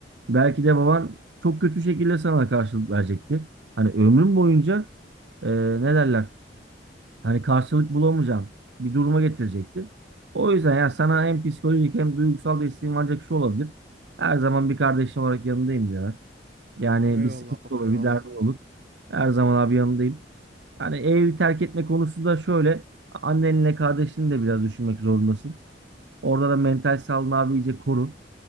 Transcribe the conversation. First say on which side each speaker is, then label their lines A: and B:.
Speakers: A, on the right; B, on the right.
A: Belki de baban çok kötü şekilde sana karşılık verecekti. Hani ömrün boyunca e, ne derler? Hani karşılık bulamayacağın bir duruma getirecekti. O yüzden ya sana hem psikolojik hem duygusal desteğim ancak şu olabilir. Her zaman bir kardeşin olarak yanındayım diyorlar. Yani
B: Eyvallah
A: bir sıkıntı
B: baba
A: olur,
B: eyvallah.
A: bir derdin olur. Her zaman abi yanındayım. Yani evi terk etme konusu da şöyle. Annenle kardeşini de biraz düşünmek zorundasın. Orada da mental sağlığını abi iyice koru.